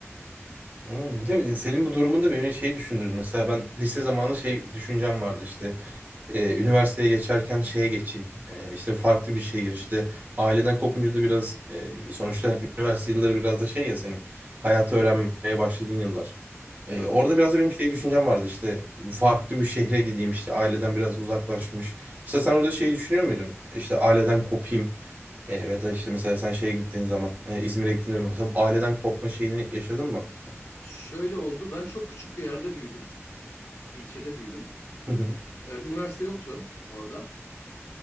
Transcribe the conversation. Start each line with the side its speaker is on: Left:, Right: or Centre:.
Right: Hı, Bir de senin bu durumunda beni şey düşündürdü. Mesela ben lise zamanı şey düşüncem vardı işte. e, üniversiteye geçerken şeye geçeyim. E, işte farklı bir şehir işte aileden kopunca da biraz e, sonuçta üniversite yılları biraz da şey ya senin hayatı öğrenmeye başladığın yıllar. E,
Left: Tabii.
Right: orada biraz da benim şey düşüncem vardı işte farklı bir şehre gideyim işte aileden biraz uzaklaşmış. Mesela sen orada şeyi düşünüyor muydun? İşte aileden kopayım e, ya da işte mesela sen şeye gittiğin zaman e, İzmir'e gittiğinde mesela bu aileden kopma şeyini yaşadın mı sen?
Left: Şöyle oldu. Ben çok küçük bir yerde büyüdüm. İlçede büyüdüm.
Right: Hı hı.
Left: Ee, üniversite yoktu orada.